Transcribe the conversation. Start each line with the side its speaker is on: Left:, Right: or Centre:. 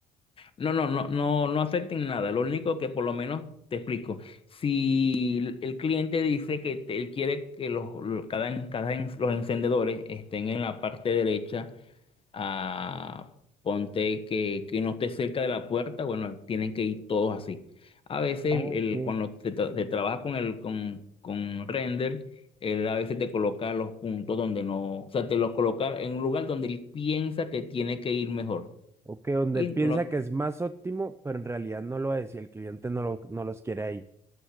Left: No, no, no, no, no afecten nada. Lo único que por lo menos te explico. Si el el cliente dice que te- él quiere que los, los- cada, en- cada en- los encendedores estén en la parte derecha, ah, ponte que, que no esté cerca de la puerta, bueno, tienen que ir todos así. A veces
Right: Ok.
Left: el, el- cuando se, tra- se trabaja con el con, con render, él a veces te coloca los puntos donde no, o sea, te los coloca en un lugar donde él piensa que tiene que ir mejor.
Right: Ok, donde
Left: y
Right: piensa
Left: en-
Right: que es más óptimo, pero en realidad no lo es y el cliente no, lo, no los quiere ahí.